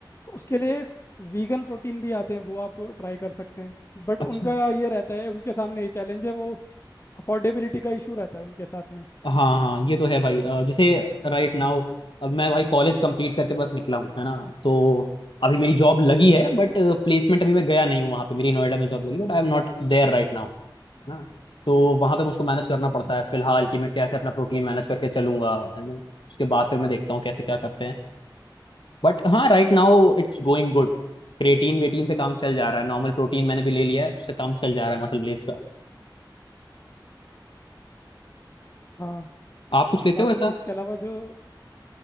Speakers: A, on the left; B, on the left.
A: तो उसके लिए वीगन प्रोटीन भी आते हैं वो आप ट्राई कर सकते हैं बट
B: अच्छा
A: उनका ये रहता है उनके सामने ये चैलेंज है वो अफोर्डेबिलिटी का इशू रहता है उनके साथ में
B: हाँ हाँ ये तो है भाई अ, जैसे राइट नाउ अब मैं भाई कॉलेज कंप्लीट करके बस निकला हूँ है ना तो अभी मेरी जॉब लगी है बट प्लेसमेंट अभी मैं गया नहीं हूँ वहाँ पे मेरी नोएडा में जॉब लगी but I am not there right now है ना तो वहां पे मुझको मैनेज करना पड़ता है फिलहाल कि मैं कैसे अपना प्रोटीन मैनेज करके चलूंगा है ना उसके बाद फिर मैं देखता हूँ कैसे क्या करते हैं बट हाँ right now it's going good creatine वेटिन से काम चल जा रहा है नॉर्मल प्रोटीन मैंने भी ले लिया है उससे काम चल जा रहा है मसल ब्लेस का
A: हाँ
B: आप कुछ लेते
A: बाकी
B: हो ऐसा
A: इसके अलावा जो